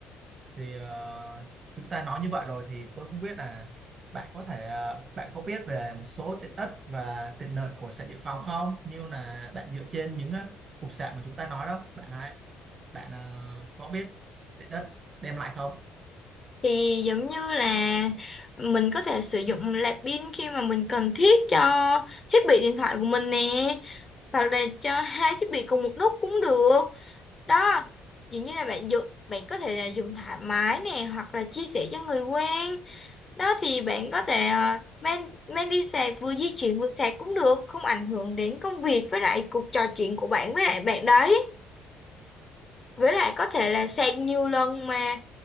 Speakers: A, on the right (about 40°); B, on the left (about 30°).
A: thì ờ, chúng ta nói như vậy rồi thì tôi không biết là bạn có thể ờ, bạn có biết về một số tiện ích và tiện lợi của sạc dự phòng không như là bạn dựa trên những ờ, cục sạc mà chúng ta nói đó bạn hãy bạn ờ, có biết tiện ích đem lại không
B: thì giống như là mình có thể sử dụng nạp pin khi mà mình cần thiết cho thiết bị điện thoại của mình nè hoặc là cho hai thiết bị cùng một lúc cũng được đó dường như là bạn dùng bạn có thể là dùng thoải mái nè hoặc là chia sẻ cho người quen đó thì bạn có thể ờ, mang mang đi sạc vừa di chuyển vừa sạc cũng được không ảnh hưởng đến công việc với lại cuộc trò chuyện của bạn với lại bạn đấy với lại có thể là sạc nhiều lần mà